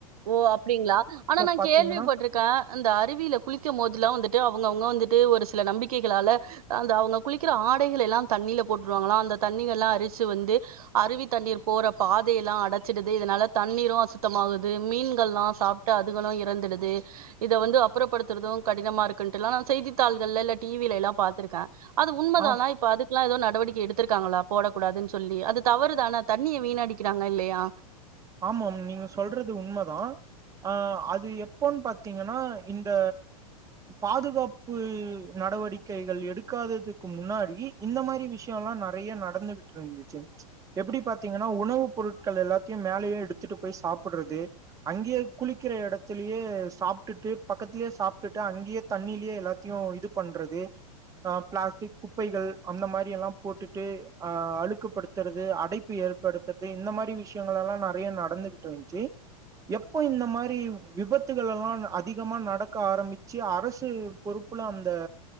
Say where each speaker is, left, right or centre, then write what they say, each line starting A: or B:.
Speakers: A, on the right (about 75°); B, on the right (about 15°).
A: ஓ அப்படிங்களா ஆனா நான்
B: பாத்தீங்கன்னா
A: கேள்விப்பட்ருக்கேன் இந்த அருவியில குளிக்கும் போதெல்லாம் வந்து அவங்கவுங்க வந்துட்டு ஒரு சில நம்பிக்கைகளால அ அவங்க குளிக்கிற ஆடைகளையெல்லாம் தண்ணில போட்டுருவாங்களாம் அந்த தண்ணகங்ல்லாம் அரிச்சு வந்து அருவி தண்ணீர் போற பாதயெல்லாம் அடைச்சிடுது இதனால தண்ணீரும் அசுத்தமாகுது மீன்கள்ல்லாம் சாப்பிட்டு அதுகளும் இறந்துடுது இத வந்து அப்புறப்படுத்துறதும் கடினமா இருக்குன்ட்டு எல்லாம் நான் செய்தித்தாள்கள்ல இல்ல டிவில எல்லாம் பாத்திருக்கேன் அது உண்மதானான்
B: ஆ
A: இப்ப அது ல்லாம் ஏதோ நடவடிக்கை எடுத்திருக்காங்களா போடக்கூடாதுன்னு சொல்லி அது தவறுதான தண்ணியை வீணடிக்கிறாங்க இல்லையா
B: ஆமா நீங்க சொல்றது உண்மைதான் அ அது எப்போன்னு பாத்தீங்கன்னா இந்த பாதுகாப்பு நடவடிக்கைகள் எடுக்காததுக்கு முன்னாடி இந்த மாரி விஷயம் எல்லாம் நெறைய நடந்துகிட்டு இருந்துச்சு எப்படி பாத்தீங்கன்னா உணவு பொருட்கள் எல்லாத்தையும் மேலே எடுத்துட்டு போய் சாப்பிடுறது அங்கயே குளிக்கிற எடத்திலயே சாப்பிட்டுட்டு பக்கத்தில சாப்பிட்டு அங்கயே தண்ணில எல்லாத்தையும் இது பண்றது பிளாஸ்டிக் குப்பைகள் அந்த மாதிரி எல்லாம் போட்டுட்டு அழுக்குப்படுத்துறது அடைப்பு ஏற்படுத்துறது இந்த மாதிரி விஷயம் ங்கல்லாம் நெறைய நடந்துகிட்டு இருந்துச்சு எப்போ இந்த மாரி விபத்துகள் எல்லாம் அதிகமா நடக்க ஆரம்பிச்சு அரசு பொறுப்புல அந்த